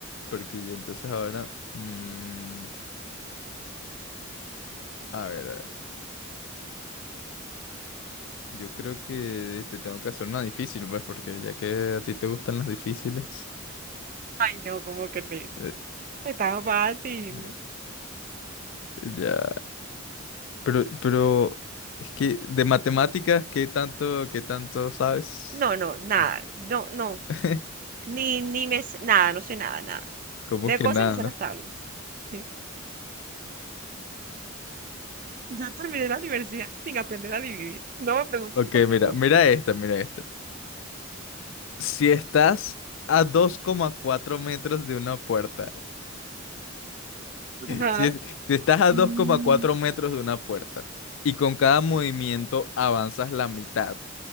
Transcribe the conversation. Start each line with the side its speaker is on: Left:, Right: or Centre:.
Left: Porque yo entonces ahora. mm, a ver, a ver. Yo creo que te tengo que hacer una difícil, pues, porque ya que a ti te gustan las difíciles.
Right: Ay, no, ¿cómo crees?
Left: eh,
Right: Estaba fácil.
Left: eh, ya. Pero, pero. Es que de matemáticas, ¿qué tanto, qué tanto sabes?
Right: No, no, nada.
Left: No.
Right: No, no.
Left: <laughs>
Right: Ni, ni me sé- nada, no sé nada, nada.
Left: ¿Cómo
Right: De
Left: que
Right: cosas
Left: nada?
Right: me sé
Left: no?
Right: las tablas. Sí. Yo terminé la universidad sin aprender a dividir. No me preguntes
Left: Ok,
Right: cómo
Left: mira,
Right: no.
Left: mira esta, mira esta. Si estás a dos coma cuatro metros de una puerta,
Right: Ajá.
Left: Si, es- si estás a
Right: Mm,
Left: 2,4 metros de una puerta y con cada movimiento avanzas la mitad